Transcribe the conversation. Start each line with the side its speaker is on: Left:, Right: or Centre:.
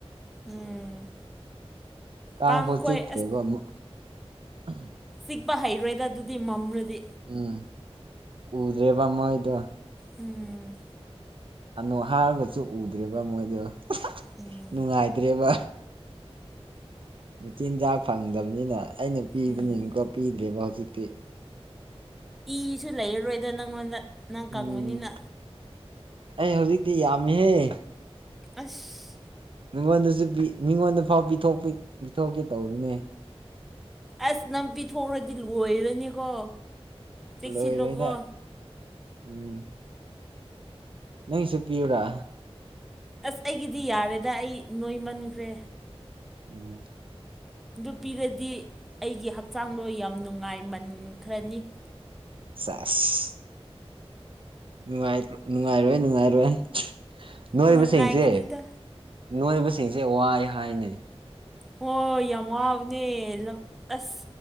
Centre: ꯎꯝ
Right: ꯀꯥꯡ
Centre: ꯀꯥꯡꯈꯣꯏ
Right: ꯐꯥꯎ ꯆꯤꯛꯇ꯭ꯔꯦꯒꯣ ꯃꯥ ꯑꯍꯨꯝ
Centre: ꯇꯤꯛꯄ ꯍꯩꯔꯣꯏꯗ ꯑꯗꯨꯗꯤ ꯃꯝꯔꯗꯤ
Right: ꯎꯝ ꯎꯗꯔ꯭ꯦꯕꯥ ꯃꯣꯏꯗꯣ
Centre: ꯎꯝ
Right: ꯑꯅꯨ ꯍꯥꯏꯔꯒꯁꯨ ꯎꯗꯔ꯭ꯦꯕ ꯃꯣꯏꯗꯣ
Centre: ꯎꯝ
Right: ꯅꯨꯡꯉꯥꯏꯗ꯭ꯔꯦꯕ ꯆꯤꯟꯖꯥꯛ ꯐꯪꯗꯕꯅꯤꯅ ꯑꯩꯅ ꯄꯤꯕꯅꯤꯀꯣ
Centre: ꯎꯝ
Right: ꯄꯤꯗ꯭ꯔꯦꯕ ꯍꯧꯖꯤꯛꯇꯤ
Centre: ꯏꯁꯨ ꯂꯩꯔꯔꯣꯏꯗ ꯅꯪꯉꯣꯟꯗ ꯅꯪ ꯀꯪꯕꯅꯤꯅ
Right: ꯎꯝ ꯑꯩ ꯍꯧꯖꯤꯛꯇꯤ ꯌꯥꯝꯃꯦꯍꯦ
Centre: ꯑꯁ
Right: ꯃꯤꯉꯣꯟꯗꯁꯨ ꯄꯤ ꯃꯤꯉꯣꯟꯗꯥꯎ ꯄꯤꯊꯣꯛꯄꯤ ꯄꯤꯊꯣꯛꯀꯦ ꯇꯧꯕꯅꯦ
Centre: ꯑꯁ ꯅꯝ ꯄꯤꯊꯣꯛ꯭ꯔꯗꯤ ꯂꯣꯏꯔꯅꯤꯀꯣ ꯆꯦꯛꯁꯤꯜꯂꯣꯀꯣ
Right: ꯂꯣꯏꯔꯣꯏꯗ ꯎꯝ ꯅꯪꯁꯨ ꯄꯤꯌꯨꯔꯥ
Centre: ꯑꯁ ꯑꯩꯒꯤꯗꯤ ꯌꯥꯔꯦꯗ ꯑꯩ ꯅꯣꯏꯃꯟꯈ꯭ꯔꯦ
Right: ꯎꯝ
Centre: ꯑꯗꯨ ꯄꯤꯔꯗꯤ ꯑꯩꯒꯤ ꯍꯛꯆꯥꯡꯗꯣ ꯌꯥꯝ ꯅꯨꯡꯉꯥꯏꯃꯟꯈ꯭ꯔꯅꯤ
Right: ꯁꯦꯁ ꯅꯨꯡꯉꯥꯏꯇꯔ꯭ ꯅꯨꯡꯉꯥꯏꯔꯣꯏ ꯅꯨꯡꯉꯥꯏꯔꯣꯏ ꯅꯣꯏꯕꯁꯤꯡꯁꯦ
Centre: ꯅꯨꯡꯉꯥꯏꯒꯅꯤꯗ
Right: ꯅꯣꯏꯕꯁꯤꯡꯁꯦ ꯋꯥꯏ ꯍꯥꯏꯅꯦ
Centre: ꯍꯣꯏ ꯌꯥꯝ ꯋꯥꯕꯅꯦ ꯂꯝ ꯑꯁ